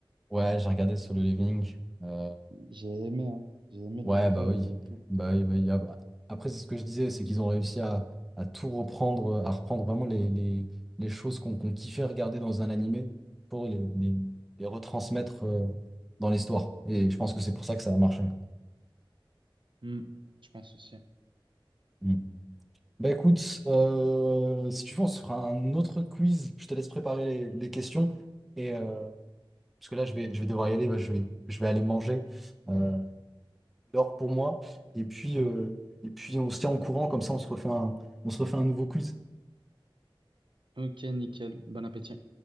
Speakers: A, in the centre; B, on the right.
A: Ouais, j'ai regardé Solo Leveling. euh,
B: J'ai aimé, hein. J'ai aimé
A: Ouais,
B: l'univers,
A: bah oui.
B: euh, tout.
A: Bah oui, bah oui. Ap- Après, c'est ce que je disais, c'est qu'ils ont réussi à, à tout reprendre, euh, à reprendre vraiment les, les, les choses qu'on qu'on kiffait regarder dans un animé pour les, les, les retransmettre euh, dans l'histoire. Et je pense que c'est pour ça que ça a marché.
B: Hmm, je pense aussi.
A: Mm. Bah écoute, euh, si tu veux, on se fera un autre quiz. Je te laisse préparer les, les questions. Et, euh, parce que là, je vais, je vais devoir y aller, bah, je vais, je vais aller manger. Euh, l'or pour moi. Et puis,
B: O-
A: euh, et puis on se tient en courant, comme ça on se refait un, on se refait un nouveau quiz.
B: ok, nickel. Bon appétit.